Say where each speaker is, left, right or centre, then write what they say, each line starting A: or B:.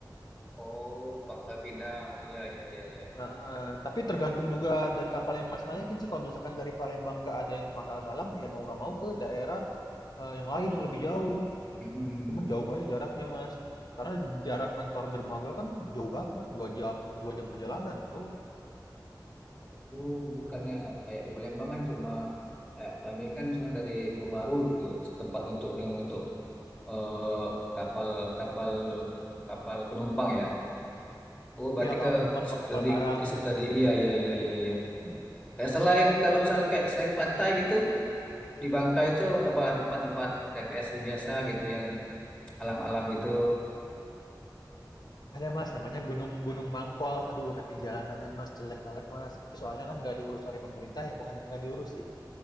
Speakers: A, on the left; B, on the left.
A: oh Bangka Pinang iya iya iya iya
B: Heeh, tapi tergantung juga dari kapal yang Mas naikin sih. Kalau misalkan dari Palembang nggak ada yang ke Pangkal Balam, ya mau nggak mau ke daerah eh, yang lain yang lebih jauh.
A: Mm-mm.
B: Cuman jauh aja jaraknya, Mas. Karena jarak antar dermaga kan jauh banget, Mas. Dua jam, dua jam perjalanan tuh.
A: Oh, bukannya kayak di Palembang kan cuma kayak kami kan misalnya dari Bobaru gitu tempat untuk yang untuk eh, kapal kapal kapal penumpang ya. Oh, berarti
B: Ya kalau
A: ke
B: penumpang
A: situ
B: kapal
A: tadi
B: barang
A: ke situ
B: gitu.
A: tadi. Iya iya iya iya iya. Kayak selain kalau misalnya kayak selain pantai gitu di Bangka itu apa tempat-tempat rekreasi biasa gitu yang alam-alam gitu.
B: Ada Mas, namanya Gunung Gunung Mangkol. Aduh, tapi jalanannya Mas jelek banget Mas. Itu soalnya kan nggak diurus oleh pemerintah ya, bukan nggak diurus sih.